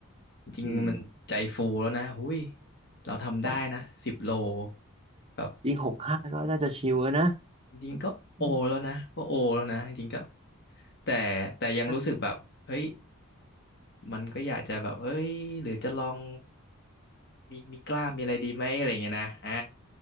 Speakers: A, on the left; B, on the right.
A: จริงๆมันใจฟูแล้วนะหุ้ย
B: อืม
A: เราทำได้นะสิบโล
B: ตรง
A: แบบ
B: อีกหกห้าก็น่าจะชิวแล้วนะ
A: จริงๆก็โอแล้วนะก็โอแล้วนะจริงๆก็
B: อืม
A: แต่แต่ยังรู้สึกแบบเฮ้ย
B: ใช่
A: มันก็อยากจะแบบเอ้ยหรือจะลองมีมีกล้ามมีอะไรดีไหมอะไรอย่างเงี้ยนะอ่า